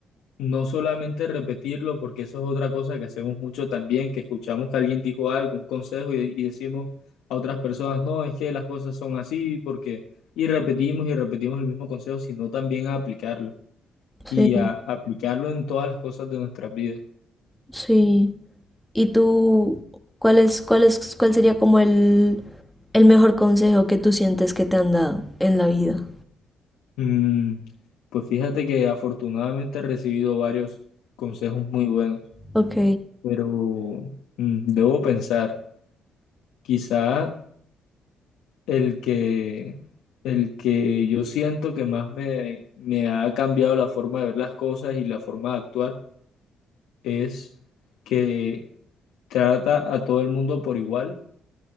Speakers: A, on the left; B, in the centre.
A: No solamente repetirlo, porque eso es otra cosa que hacemos mucho también, que escuchamos que alguien dijo algo, un consejo, y, y decimos a otras personas, no, es que las cosas son así, porque, y repetimos y repetimos el mismo consejo, sino también a aplicarlo, y
B: Sí,
A: a, aplicarlo en todas las cosas de nuestras vidas.
B: sí. ¿Y tú cuál es, cuál es, cuál sería como el, el mejor consejo que tú sientes que te han dado en la vida?
A: Mm, pues fíjate que afortunadamente he recibido varios consejos muy buenos,
B: Ok,
A: pero mm, debo pensar, quizá El que, el que yo siento que más me, me ha cambiado la forma de ver las cosas y la forma de actuar es que trata a todo el mundo por igual,